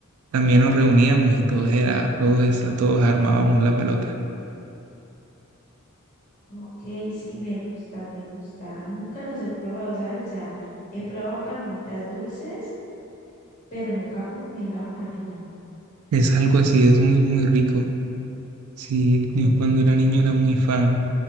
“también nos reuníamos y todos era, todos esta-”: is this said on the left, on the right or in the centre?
Right